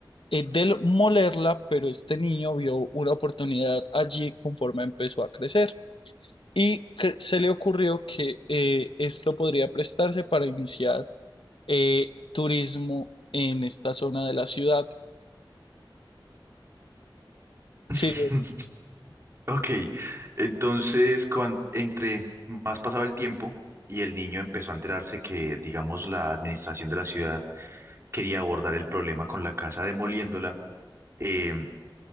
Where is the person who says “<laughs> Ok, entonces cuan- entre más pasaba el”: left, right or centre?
Right